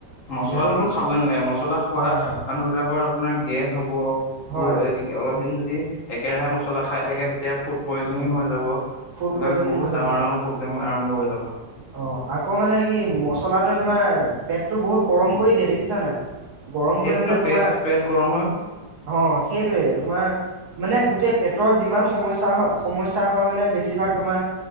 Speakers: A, on the left; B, on the right.
A: মচলাতোটো
B: যিহেতু
A: খাবই নালাগে মছলা খোৱা
B: হয় হয়
A: মানুহ বিলাকৰ আপোনাৰ গেছ হ'ব
B: হয়
A: অলপ দিন যদি একেৰাহে মছলা খাই থাকে তেতিয়া ফুট প্ৰয়োজন
B: হয়
A: হৈ যাব এইবিলাক
B: ফুড পয়জনিং
A: বহুত
B: হৈ যাব
A: ডাঙৰ
B: হয়।
A: ডাঙৰ প্ৰব্লেম আৰম্ভ হৈ যাব
B: অ আকৌ মানে কি মছলাটোৱে তোমাৰ পেটটো বহুত গৰম কৰি দিয়ে দেখিছান নাই গৰম
A: সেইটোতো
B: কৰি মানে
A: পেট
B: তোমাৰ
A: পেট গৰম হয়
B: অঁ সেইটোৱে তোমাৰ মানে গোটেই পেটৰ যিমান সমস্যা হয় সমস্যা হয় মানে বেছিভাগ তোমাৰ